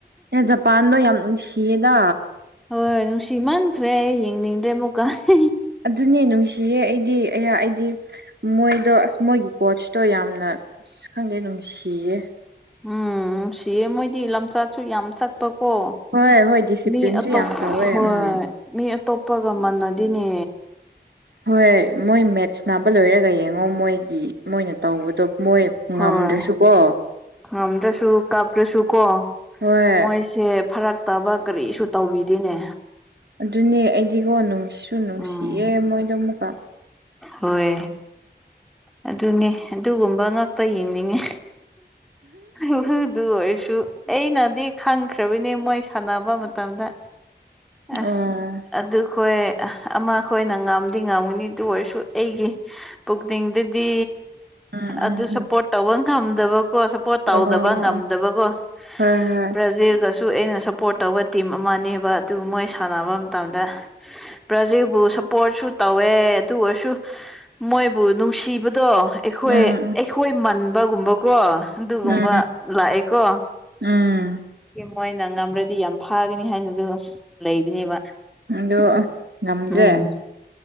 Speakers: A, on the right (about 70°); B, in the centre.
A: ꯑꯦ ꯖꯄꯥꯟꯗꯣ ꯌꯥꯝ ꯅꯨꯡꯁꯤꯌꯦꯗ
B: ꯍꯣꯏ ꯅꯨꯡꯁꯤ ꯃꯟꯈ꯭ꯔꯦ ꯌꯦꯡꯅꯤꯡꯗ꯭ꯔꯦ ꯑꯃꯨꯛꯀꯥꯏ
A: ꯑꯗꯨꯅꯦ ꯅꯨꯡꯁꯤꯌꯦ ꯑꯩꯗꯤ ꯑꯩꯍꯥꯛ ꯑꯩꯗꯤ ꯃꯣꯏꯗꯣ ꯑꯁ ꯃꯣꯏꯒꯤ ꯀꯣꯆ ꯇꯣ ꯌꯥꯝꯅ ꯈꯪꯗꯦ ꯅꯨꯡꯁꯤꯌꯦ
B: ꯎꯝ ꯁꯤꯌꯦ ꯃꯣꯏꯗꯤ ꯂꯝꯆꯠꯁꯨ ꯌꯥꯝ ꯆꯠꯄ ꯍ
A: ꯍꯣꯏ ꯍꯣꯏ ꯗꯤꯁꯤꯄ꯭ꯂꯤꯟꯁꯨ
B: ꯃꯤ ꯑꯇꯣꯞ
A: ꯌꯥꯝ ꯇꯧꯋꯦ
B: ꯍ
A: ꯎꯝ
B: ꯃꯤ ꯑꯇꯣꯞ ꯎꯄꯒ ꯃꯅꯗꯤꯅꯦ
A: ꯍꯣꯏꯣꯏ ꯃꯣꯏ ꯃꯦꯠꯁ ꯅꯥꯕ ꯂꯣꯏꯔꯒ ꯌꯦꯡꯉꯣ ꯃꯣꯏꯒꯤ ꯃꯣꯏꯅ ꯇꯧꯕꯗꯣ ꯃꯣꯏ ꯉꯝꯗ꯭ꯔꯁꯨꯀꯣ
B: ꯍꯣꯏ ꯉꯝꯗ꯭ꯔꯁꯨ ꯀꯥꯞꯇ꯭ꯔꯁꯨ ꯀꯣ
A: ꯍꯣꯏ
B: ꯃꯣꯏꯁꯦ ꯐꯔꯠ ꯠꯇꯕ ꯀꯔꯤꯁꯨ ꯇꯧꯕꯤꯗꯦꯅꯦ
A: ꯑꯗꯨꯅꯦ ꯑꯩꯗꯤꯒꯣ ꯅꯨꯡꯁꯤꯁꯨ ꯅꯨꯡꯁꯤꯑꯦ
B: ꯎꯝ
A: ꯃꯣꯏꯗꯣ ꯑꯃꯨꯛꯀ
B: ꯍꯣꯏ ꯑꯗꯨꯅꯦ ꯑꯗꯨꯒꯨꯝꯕ ꯉꯥꯛꯇ ꯌꯦꯡꯅꯤꯡꯉꯦ ꯎ ꯑꯗꯨ ꯑꯣꯏꯣꯏꯁꯨ ꯑꯩꯅꯗꯤ ꯈꯪꯈ꯭ꯔꯕꯅꯦ ꯃꯣꯏ ꯁꯥꯟꯅꯕ ꯃꯇꯝꯗ ꯑꯁ
A: ꯑꯣ
B: ꯑꯗꯨꯈꯣꯏ ꯑꯃ ꯑꯩꯈꯣꯏꯅ ꯉꯥꯝꯗꯤ ꯉꯥꯝꯒꯅꯤ ꯑꯗꯨ ꯑꯣꯏꯔꯁꯨ ꯑꯩꯒꯤ ꯄꯨꯛꯅꯤꯡꯗꯗꯤ
A: ꯎꯝ ꯎꯝ
B: ꯑꯗꯨ ꯁꯞꯄꯣꯔꯠ ꯇꯧꯕ ꯉꯝꯗꯕ ꯀꯣ ꯁꯞꯄꯣꯔꯠ ꯇꯧꯗꯕ
A: ꯑꯣ
B: ꯉꯝꯗꯕ ꯀꯣ
A: ꯍꯣꯏ ꯍꯣꯏ
B: ꯄ꯭ꯔꯖꯦꯒ ꯁꯨ ꯑꯩꯅ ꯁꯞꯄꯣꯔꯠ ꯇꯧꯕ ꯇꯤꯝ ꯑꯃꯅꯦꯕ ꯑꯗꯨ ꯃꯣꯏ ꯁꯥꯟꯅꯕ ꯃꯇꯝꯗ ꯕ꯭ꯔꯖꯤꯛꯕꯨ ꯁꯄꯣꯔꯠꯁꯨ ꯇꯧꯋꯦ ꯑꯗꯨ ꯑꯣꯏꯔꯁꯨ ꯃꯣꯏꯕꯨ ꯅꯨꯡꯁꯤ ꯁꯤꯕꯗꯣ ꯑꯩꯈꯣꯏ
A: ꯎꯝ
B: ꯑꯩꯈꯣꯏ ꯃꯟꯕꯒꯨꯝꯕꯀꯣ ꯑꯗꯨꯒꯨꯝꯕ
A: ꯎꯝ
B: ꯂꯥꯛꯑꯦꯀꯣ
A: ꯎꯝ
B: ꯃꯣꯏꯅ ꯉꯝ꯭ꯔꯗꯤ ꯌꯥꯝ ꯐꯥꯒꯅꯤ ꯍꯥꯏꯅꯗꯨ ꯂꯩꯕꯅꯦꯕ
A: ꯑꯣ ꯉꯝꯗ꯭ꯔꯦ
B: ꯎꯝ